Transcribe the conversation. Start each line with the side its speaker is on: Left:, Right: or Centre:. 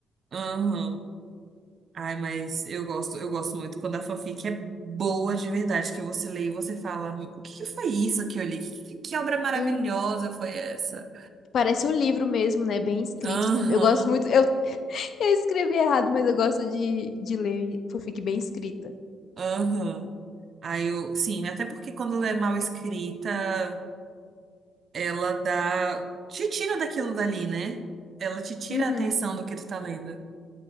Right: uhum. Ai, mas eu gosto, eu gosto muito quando a fanfic é boa de verdade, que você lê e você fala, o que que foi isso que eu li? Que, que obra maravilhosa
Left: Hum.
Right: foi essa?
Left: Parece um livro mesmo, né? Bem escrito
Right: Aham,
Left: também. Eu gosto muito. Eu, eu escrevi errado, mas eu gosto de, de ler fanfic bem escrita.
Right: aham. Aí eu, sim, até porque quando é mal escrita, ela dá. Te tira daquilo dali, né? Ela te tira
Left: Uhum.
Right: a atenção do que tu tá lendo.